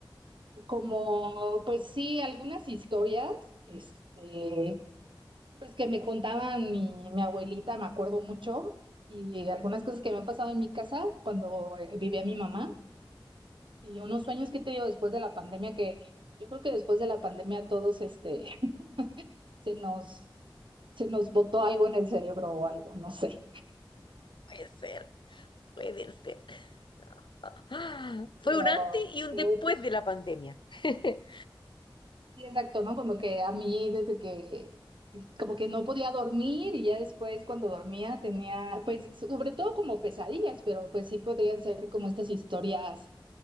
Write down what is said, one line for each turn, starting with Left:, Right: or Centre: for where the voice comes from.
Right: como, pues sí, algunas historias, este, pues que me contaban mi, mi abuelita, me acuerdo mucho, y algunas cosas que me han pasado en mi casa cuando eh, vivía mi mamá, y unos sueños que te digo después de la pandemia, que yo creo que después de la pandemia a todos, este, <laughs> se nos, se nos botó algo en el cerebro o algo, no sé.
Left: Puede ser, puede ser. Ah, Fue
Right: Pero,
Left: un antes y un
Right: pero
Left: después de la pandemia. <laughs>
Right: sí, exacto, ¿no? Como que a mí desde que, como que no podía dormir y ya después cuando dormía tenía, pues sobre todo como pesadillas, pero pues sí podrían ser como estas historias